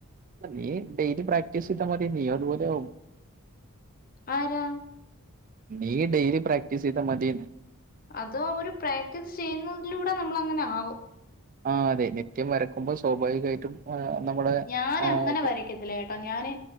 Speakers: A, on the right; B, on the left.
A: അല്ല നീ ഡെയിലി പ്രാ ക്ടീസയ്താ മതി നീയും അതു പോലെയാവും
B: ആരാ?
A: നീ ഡെയിലി പ്രാക്റ്റീസെയ്താ മതീന്ന്
B: അതോ ഒരു പ്രാക്ടീസ് ചെയ്യുന്നതിലൂടെ നമ്മള് അങ്ങനെ ആവും
A: ആഹ് അതെ നിത്യം വരക്കുമ്പോൾ സ്വാഭാവികായിട്ടും ആഹ് നമ്മുടെ
B: ഞാനങ്ങനെ
A: ആഹ് അത്
B: വരയ്ക്കത്തില്ല കേട്ടോ ഞാന്